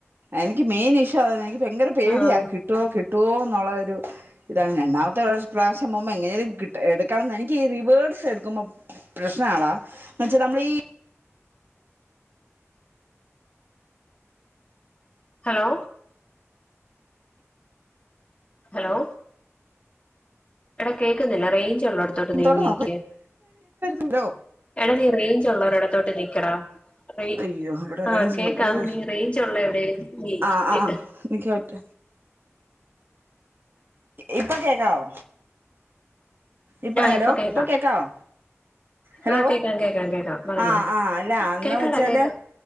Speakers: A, on the right (about 45°); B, on the left (about 25°).
A: എനിക്ക് മെയിൻ ഇഷ്യു എനിക്ക് ഭയങ്കര പേടിയാ
B: ആഹ്
A: കിട്ടോ കിട്ടോ ന്നുള്ളരു- ഇതാണ് രണ്ടാമത്തെ പ്രാവശ്യം പോമ്പോ എങ്ങനെലും കിട്ട എടുക്കണംന്ന എനിക്ക് റിവേഴ്സ് എടുക്കുമ്പോ പ്രശ്ന ആളാ മറ്റെ നമ്മളീ
B: ഹലോ? ഹലോ? എടാ കേക്കുന്നില്ല റേഞ്ച് ഉള്ളോത്തോട്ട് നീങ്ങിയ്ക്ക്.
A: ത്തോട്ട് നോക്ക ല്ലോ
B: എട നീ റേഞ്ച് ഉള്ള ഒരി ഇടത്തോട്ട് നിക്കടാ. അപ്പൊ ഈ
A: അയ്യോ ഇവിടെ
B: ആഹ
A: റേഞ്ച്
B: കേക്കാം നീ റേഞ്ച് ഒള്ള എവിടെലും. ഇരിക്.
A: ആ ആ നിക്ക് പറ്റ ഇപ്പൊ കേക്കാവോ? ഇപ്പ
B: ആഹ്
A: ഹലോ?
B: കേക്കാം
A: ഇപ്പൊ കേകാവോ? ഹലോ
B: ആഹ് കേക്കാം കേക്കാം കേക്കാം പറഞ്ഞോ
A: ആ ആ അല്ല അന്നാ
B: കേക്കാടാ
A: വെച്ചാല്?
B: കേക്കാം